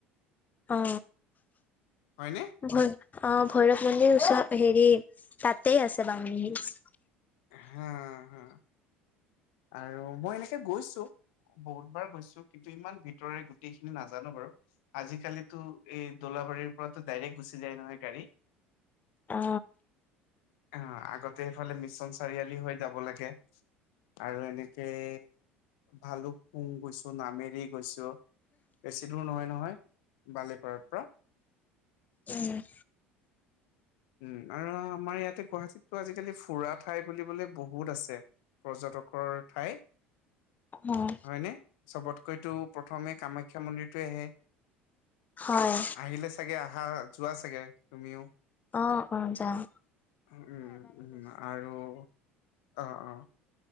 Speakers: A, on the left (about 25°); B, on the left (about 60°).
A: অ।
B: হয়নে?
A: অ ভৈৰৱ মন্দিৰ ওচৰত হেৰি তাতেই আছে বাংলী হিচ।
B: হা হা আৰু মই এনেকে গৈছো। বহুত বাৰ গৈছো কিন্তু ইমান ভিতৰে গোটেইখিনি নাজানো বাৰু। আজিকালিতো এই দোলাবাৰীৰ পৰাতো ডাইৰেক্ট গুচি যায় নহয় গাড়ী?
A: অ।
B: অ আগতে এইফালে মিছন চাৰিআলি হৈ যাব লাগে আৰু এনেকেই ভালুক পুং গৈছো, নামেৰি গৈছো। বেছি দূৰ নহয় নহয় বালিপাৰাৰ পৰা।
A: উম।
B: উম আৰু আমাৰ ইয়াতে গুৱাহাটীতো আজিকালি ফুৰা ঠাই বুলিবলে বহুত আছে। পৰ্যটকৰ ঠাই
A: উম।
B: হয়নে? চবতকৈতো প্ৰথমে কামাখ্যা মন্দিৰটোৱে আহে।
A: হয়।
B: আহিলে চাগে আহা যোৱা চাগে তুমিও?
A: অ অ যাওঁ।
B: উম উম আৰু অ অ'।